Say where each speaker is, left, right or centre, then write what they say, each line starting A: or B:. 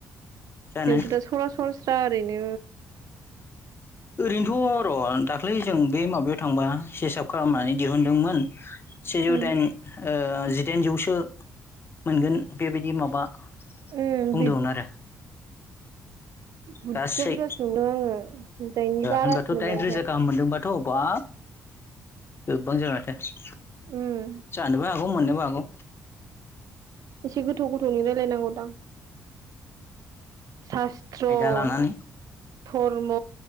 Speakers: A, on the left (about 35°); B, on the right (about 65°).
A: जानो
B: जोंथ' दा सरासर स्रा ओरैनो
A: ओरैनोथ' र' दाख्लै जों बे माबायाव थांबा सेसाब खालामनानै दिहुनदोंमोन सेजौ
B: उम
A: दाइन ओ जिदाइनजौसो मोनगोन बेबायदि माबा
B: उम
A: बुंदोंमोन
B: बे
A: आरो
B: बुरजा
A: गासै
B: बुरजासो नुदों आङो जिदाइननि बारासो
A: होनमबाथ'
B: नुबाय
A: दाइन
B: ओमफ्राय
A: रोजा गाहाम मोनदोंबा थ' बाब गोबां जाबाय माथो
B: उम
A: जानोबो हागौ मोननोबो हागौ
B: एसे गोथौ गोथौनिराय लायनांगो दां, सास्त्र'
A: आयदा
B: ध
A: लानानै
B: धर्म